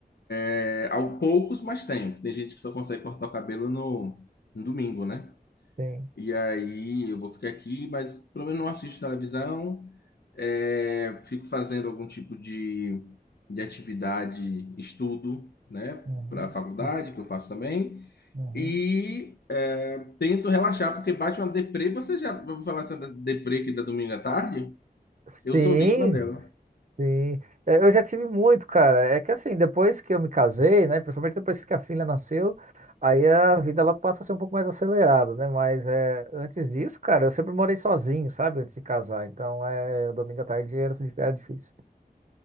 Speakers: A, on the left; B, on the right.
A: É, há poucos, mas tenho. Tem gente que só consegue cortar o cabelo no, no domingo, né?
B: sim,
A: E aí eu vou ficar aqui, mas pelo menos não assisto televisão, é, fico fazendo algum tipo de, de atividade, estudo, né,
B: uhum,
A: para a faculdade,
B: sim,
A: que eu faço também,
B: uhum.
A: e é, tento relaxar, porque bate uma deprê. Você já ouviu falar essa da- deprê que dá domingo à tarde?
B: Sim,
A: Eu sou vítima dela.
B: Sim, É, eu já tive muito, cara. É que assim, depois que eu me casei, né, principalmente depois que a filha nasceu, aí a vida ela passa a ser um pouco mais acelerada, né? Mas é, antes disso, cara, eu sempre morei sozinho, sabe? Antes de casar. Então, é, domingo à tarde era, era difícil.